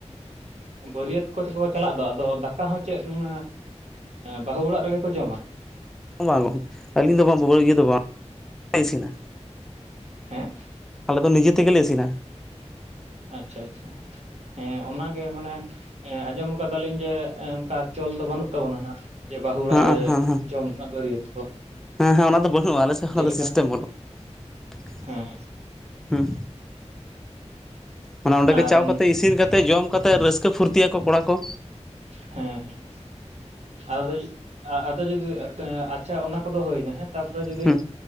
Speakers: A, on the right; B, in the centre.
A: ᱵᱟᱹᱨᱭᱟᱹᱛ ᱠᱚᱛᱮ ᱠᱚ ᱪᱟᱞᱟᱜ ᱫᱚ ᱟᱫᱚ ᱫᱟᱠᱟ ᱦᱚᱸ ᱪᱮᱫ ᱦᱮᱸ ᱵᱟᱹᱦᱩ ᱚᱲᱟᱜ ᱨᱮᱜᱮ ᱠᱚ ᱡᱚᱢᱟ?
B: ᱵᱟᱝ ᱵᱟᱝ ᱟᱹᱞᱤᱧ ᱫᱚ ᱵᱟᱝ ᱵᱟᱦᱩ ᱞᱟᱹᱜᱤᱛ ᱫᱚ ᱵᱟᱝᱞᱮ ᱤᱥᱤᱱᱟ
A: ᱦᱮᱸ?
B: ᱟᱞᱮ ᱫᱚ ᱱᱤᱡᱮ ᱛᱮᱜᱮᱞᱮ ᱤᱥᱤᱱᱟ᱾
A: ᱟᱪᱪᱷᱟ ᱟᱪᱪᱷᱟ ᱦᱮᱸ ᱚᱱᱟ ᱜᱮ ᱢᱟᱱᱮᱼᱼ ᱟᱸᱡᱚᱢ ᱠᱟᱫᱟᱞᱤᱧ ᱡᱮ ᱚᱱᱠᱟ ᱪᱚᱞ ᱫᱚ ᱵᱟᱹᱱᱩᱜ ᱛᱟᱵᱚᱱᱟ ᱱᱟᱸᱜ᱾ ᱡᱮ ᱵᱟᱹᱦᱩ ᱚᱲᱟᱜ
B: ᱦᱮᱸ
A: ᱨᱮ
B: ᱦᱮᱸ ᱦᱮᱸ
A: ᱡᱚᱢ ᱨᱮᱱᱟᱜ ᱵᱟᱹᱨᱭᱟᱹᱛᱼᱼ
B: ᱦᱮᱸ ᱦᱮᱸ ᱚᱱᱟ ᱫᱚ ᱵᱟᱹᱱᱩᱜᱼᱟ ᱟᱞᱮ ᱥᱮᱫ ᱠᱷᱚᱱᱟᱜ ᱫᱚ
A: ᱞᱮᱠᱟ
B: ᱥᱤᱥᱴᱮᱢ ᱵᱟᱹᱱᱩᱜᱼᱟ᱾
A: ᱦᱮᱸ
B: ᱦᱩᱸ ᱢᱟᱱᱮ ᱚᱸᱰᱮ ᱜᱮ
A: ᱟᱨ
B: ᱪᱟ ᱠᱟᱛᱮ ᱤᱥᱤᱱ ᱠᱟᱛᱮᱼᱼ ᱛᱮ ᱡᱚᱢ ᱠᱟᱛᱮᱫ ᱨᱟᱹᱥᱠᱟᱹ ᱯᱷᱩᱨᱛᱤᱭᱟᱠᱚ ᱠᱚᱲᱟ ᱠᱚ
A: ᱦᱮᱸ ᱦᱮᱸ ᱟᱫᱚ ᱟᱫᱚ ᱡᱩᱫᱤ ᱟᱪᱪᱷᱟ ᱚᱱᱟ ᱠᱚᱫᱚ ᱦᱳᱭᱮᱱᱟ ᱦᱮᱸ ᱛᱟᱯᱚᱨᱮ ᱡᱩᱫᱤ
B: ᱦᱮᱸ